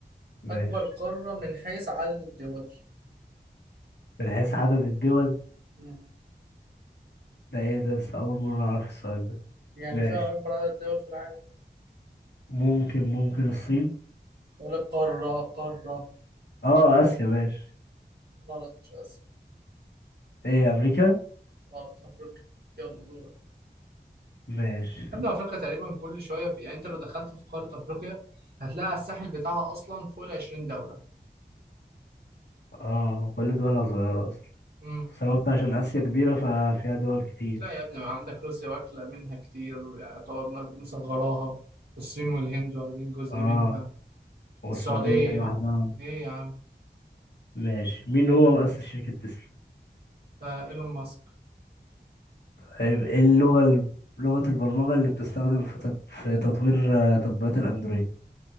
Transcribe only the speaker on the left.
ماشي
من حيث عدد الدول
ده ايه ده لسه اول مرة اعرف السؤال ده
ماشي
ممكن ممكن الصين
اه اسيا ماشي
ايه امريكا
ماشي
اه كل دولها صغيرة اصلا
بس انا قلت عشان اسيا كبيرة ففيها دول كتير
اه
والسعودية
لوحدها
ماشي مين هو مؤسس شركة تسلا
طيب ايه اللغة ال- لغة البرمجة اللي بتستخدم في تط- في تطوير آه، تطبيقات الاندرويد